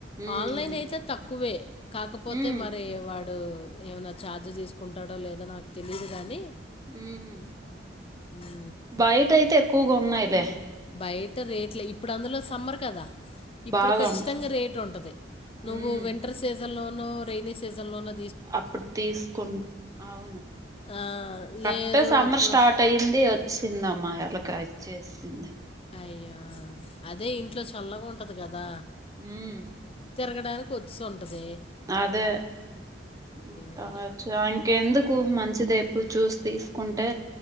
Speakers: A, on the right; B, on the left.
A: ఉమ్
B: ఆన్లైన్ అయితే తక్కువే కాకపోతే
A: ఉమ్
B: మరి వా టు ఏమనా ఛార్జ్ తీసుకుంటాడో లేదో నాకు తెలీయదు కానీ
A: ఉహు
B: ఉమ్,
A: బయట అయితే ఎక్కు గున్నాయి లే
B: బయట రేట్లే ఇప్పుడు అందులో సమ్మర్ కదా ఇప్పుడు
A: బాగా
B: కచ్చితంగా
A: ఉంటాయి
B: రేటు ఉంటది నువ్వు
A: ఉమ్
B: వింటర్ సిజన్ లో న్ నో రెయిని సీజన్ లో నో
A: అప్పుడు తీసుకు అవును
B: ఆ,
A: కట్టే
B: లేదు
A: సమ్మర్
B: అప్పుడు
A: స్టార్ట్ అయింది చ్చిందమ్మా ఎలాకా అచ్చేసింది
B: అయ్యో అదే ఇంట్లో చల్లగా ఉంటది కదా
A: ఉమ్
B: తిరగడానికి కొద్సు ఉంటది
A: అదే ఇంకావచ్చు
B: అయ్యో
A: ఇంకెందు క్కువ మంచిది ఎప్పుడు చూసి తీసుకుంటే